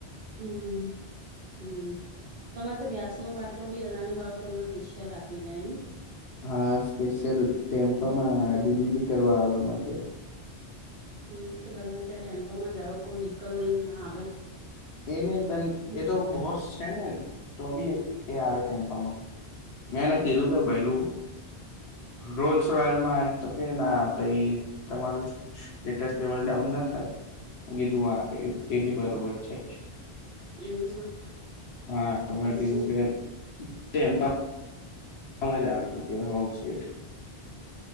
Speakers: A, on the right (about 55°); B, on the left (about 70°).
A: હમ્મ હમ્મ તમારે તો ગેસ નો બાટલો બી અદાણી વાળો તમને પિસેલ આપી જાય નહી,
B: હા, સ્પેશિયલ ટેમ્પામાં ડિલિવરી કરવા આવે અમારે કઈ
A: હમ્મ તો બધાને ત્યાં ટેમ્પામાં જાવ કોઈ વ્હીકલ લઈને ના આવે.
B: એ નહ પણ
A: હમ
B: એ તો બોસ છે ને તો બી એ આવે ટેમ્પલમાં. મેંને કીધું કે
A: એવું
B: ભૈલું
A: છે
B: રોલસરોયલમાં કે ના પાઈ તમારું સ્ટેટસ લેવલ ડાઉન ના થાય. કીધું આ એ બી બરોબર છે,
A: એવું છે
B: હા તો મેં
A: પછી
B: કીધું કે તેમ સમજત કે હ શટ